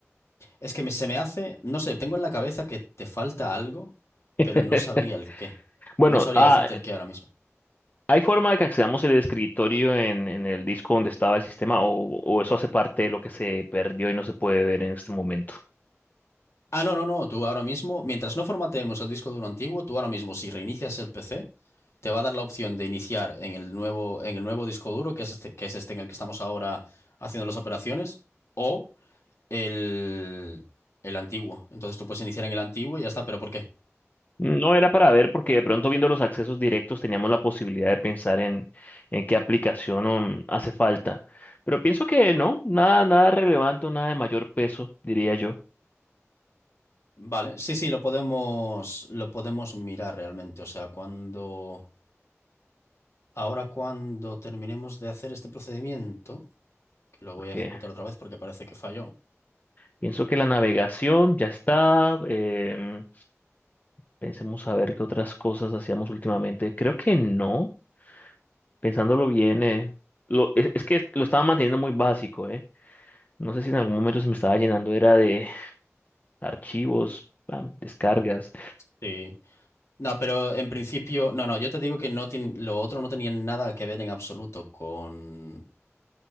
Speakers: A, on the left; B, on the left.
A: Es que me- se me hace, no sé, tengo en la cabeza que te falta algo,
B: <laughs>
A: pero no sabría el qué.
B: Bueno,
A: No sabría
B: ah,
A: decirte el qué ahora mismo.
B: ¿hay forma de que accedamos el escritorio en, en el disco donde estaba el sistema o, o eso hace parte de lo que se perdió y no se puede ver en este momento?
A: Ah, no, no, no, tú ahora mismo, mientras no formateemos el disco duro antiguo, tú ahora mismo, si reinicias el PC, te va a dar la opción de iniciar en el nuevo, en el nuevo disco duro, que es este, que es este en el que estamos ahora haciendo las operaciones, o el, el antiguo. Entonces tú puedes iniciar en el antiguo y ya está, pero ¿por qué?
B: No era para ver porque de pronto viendo los accesos directos teníamos la posibilidad de pensar en, en qué aplicación um, hace falta. Pero pienso que no, nada, nada relevante, nada de mayor peso, diría yo,
A: Vale, sí, sí, lo podemos, lo podemos mirar realmente. O sea, cuando... Ahora cuando terminemos de hacer este procedimiento, que lo voy
B: porque
A: a ejecutar otra vez porque parece que falló.
B: pienso que la navegación ya está. em, Pensemos a ver qué otras cosas hacíamos últimamente. Creo que no, pensándolo bien, eh, lo, es, es que lo estaba manteniendo muy básico, ¿eh? No sé si en algún momento se me estaba llenando, era de archivos, pam, descargas.
A: Sí. No, pero en principio, no, no, yo te digo que no tien- lo otro no tenía nada que ver en absoluto con,